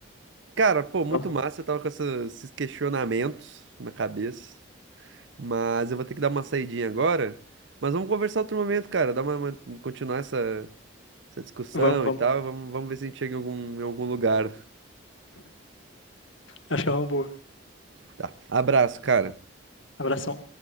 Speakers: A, on the right; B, on the left.
A: Cara, pô, muito
B: fala.
A: massa. Eu tava com essa- esses questionamentos na cabeça. Mas eu vou ter que dar uma saidinha agora. Mas vamos conversar outro momento, cara. Dar uma, uma- continuar essa, essa discussão
B: Vamos, vamos.
A: e tal. Vamos, vamos ver se a gente chega em algum, em algum lugar.
B: Acho que é uma boa.
A: Tá. Abraço, cara.
B: Abração.